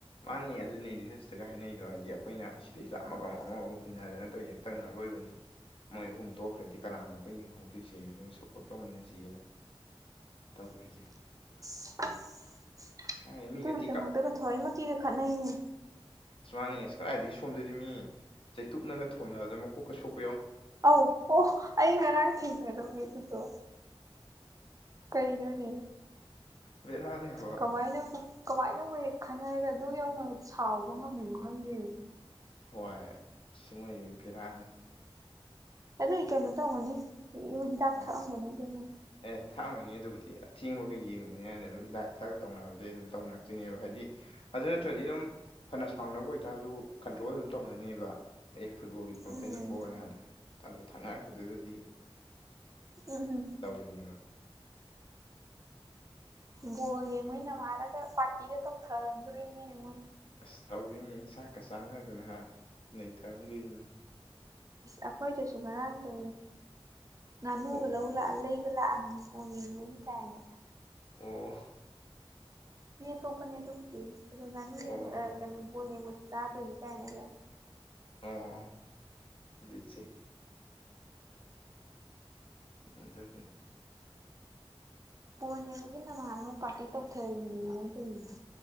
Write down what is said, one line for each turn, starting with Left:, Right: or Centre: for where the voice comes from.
Left: ꯃꯥꯅꯦ ꯑꯗꯨꯅꯤ ꯁꯇꯒ ꯍꯥꯏꯅꯩꯗꯣ ꯍꯥꯏꯗꯤ ꯑꯩꯈꯣꯏꯅ ꯁꯤꯗꯩꯁꯤꯗ ꯑꯃꯒ ꯑꯃꯒ ꯑꯃ ꯍꯨꯟꯅꯗꯅ ꯇꯧꯔꯤꯁ ꯑꯝꯇꯛꯅ ꯣꯏꯕꯅꯤ ꯃꯣꯏ ꯑꯍꯨꯝ ꯇꯣꯛꯈ꯭ꯔꯗꯤ ꯀꯅꯥꯅꯣ ꯑꯩꯈꯣꯏ ꯌꯦꯡꯍꯧꯗꯣꯏꯁꯦ ꯑꯗꯨꯅ ꯁꯞꯄꯣꯔꯠ ꯇꯧꯃꯤꯟꯅꯁꯤ ꯇꯧꯔꯤꯁꯦ
Right: <inaudible>
Left: ꯑꯁ ꯀꯥꯏ ꯃꯤꯒ
Right: ꯑꯗꯨꯒꯤꯗꯃꯛꯇꯒ
Left: ꯊꯤ
Right: ꯊꯣꯏꯃꯛꯀꯤꯒ ꯈꯠꯅꯩꯅꯦ
Left: ꯑꯁꯨꯃꯅꯤ ꯑ ꯀꯗꯥꯏꯗꯒꯤ ꯁꯣꯝꯗꯗꯤ ꯃꯤ ꯆꯩꯇꯨꯞꯅꯒ ꯊꯣꯝꯅꯕꯗ ꯃꯀꯣꯛꯀ ꯁꯣꯛ
Right: ꯑ ꯑꯣ ꯑꯩ ꯉꯔꯥꯡ ꯊꯦꯡꯅꯔꯝꯃꯦ ꯑꯗꯨꯗꯣ ꯀꯩꯅꯣꯅꯦ
Left: ꯕꯦꯔꯥꯅꯦ ꯍꯥꯏꯕ
Right: ꯀꯃꯥꯏꯅ ꯀꯃꯥꯏ ꯪꯉ ꯍꯦꯛ ꯈꯟꯅꯔꯒ ꯑꯗꯨ ꯌꯧꯅ ꯁꯥꯎꯕ ꯉꯝꯃꯤꯅꯣ ꯈꯪꯗꯦ
Left: ꯍꯣꯏ ꯁꯃꯣꯏ ꯕꯤꯔꯥꯅꯤ
Right: ꯑꯗꯨꯏ ꯀꯩꯅꯣ ꯇꯧꯒꯅꯤ ꯍꯤꯗꯥꯛ
Left: ꯑꯥ
Right: ꯊꯛꯑꯝꯒꯅꯤ ꯑꯗꯨꯃꯅꯤ
Left: ꯑꯦ ꯊꯥꯡꯃꯅꯤ ꯑꯗꯨꯕꯨꯗꯤ ꯑꯊꯦꯡꯕꯒ ꯌꯦꯡꯉꯨꯅꯤ ꯍꯥꯏꯅ ꯑꯗꯨꯝ ꯍꯤꯗꯥꯛꯇ ꯑꯠꯊꯛꯒ ꯇꯧꯅꯕꯗꯩ ꯑꯗꯨꯝ ꯇꯧꯅꯔꯛꯇꯣꯏꯅꯦꯕ ꯍꯥꯏꯗꯤ ꯑꯗꯨ ꯅꯠꯇ꯭ꯔꯗꯤ ꯑꯗꯨꯝ ꯐꯅ ꯁꯥꯎꯅꯕ ꯑꯣꯏꯇꯥꯔꯁꯨ ꯀꯟꯇ꯭ꯔꯣꯜ ꯑꯗꯨꯝ ꯇꯧꯅꯅꯦꯕ ꯑꯦ ꯐꯨꯠꯕꯣꯜꯒꯤꯗꯃꯛꯇꯅꯤꯀꯣꯅꯥꯗꯣꯗꯣ
Right: ꯎꯝ
Left: ꯊꯛꯅꯥꯔꯛꯄꯗꯨꯗꯗꯤ
Right: ꯎꯝ ꯎꯝ
Left: ꯊꯅꯤꯕ
Right: ꯕꯣꯔꯦ ꯃꯣꯏ ꯅꯃꯥꯔꯒ ꯄꯥꯔꯇꯤꯒ ꯇꯧꯊꯔꯝꯗꯣꯅꯦꯉꯣꯏ
Left: ꯑꯁ ꯇꯧꯗꯣꯏꯅꯤ ꯆꯥꯛꯀ ꯆꯥꯟꯅꯗꯅ ꯅꯩꯊꯔꯝꯗꯣꯏꯅꯤꯅꯦ
Right: ꯑꯩꯈꯣꯏꯗꯁꯨ ꯉꯔꯥꯡꯗ ꯉꯥꯅꯨꯒ
Left: ꯑꯣ
Right: ꯂ ꯂꯩꯕ ꯂꯥꯛꯑꯒ ꯑꯅꯤ ꯕꯣꯜ ꯌꯦꯡꯕꯩꯅꯤ ꯀꯥꯏꯅꯒꯥ
Left: ꯎ ꯎ
Right: ꯃꯤ ꯇꯣꯄꯅꯤ ꯇꯞꯇꯣ ꯃꯅ
Left: ꯑꯣ
Right: ꯀꯩꯅꯣꯂꯦꯉ ꯆꯥ ꯇꯅꯤ ꯀꯅ
Left: ꯑꯍꯥ ꯕꯤꯠꯁꯦ <unintelligible>
Right: ꯕꯣꯜ ꯌꯦꯡꯕꯒꯤ ꯅꯥꯃꯗ ꯃꯣꯏ ꯄꯥꯔꯇꯤ ꯇꯧꯊꯕꯤꯅꯦꯃꯤ ꯃꯣꯏ ꯇꯣꯏꯁꯤ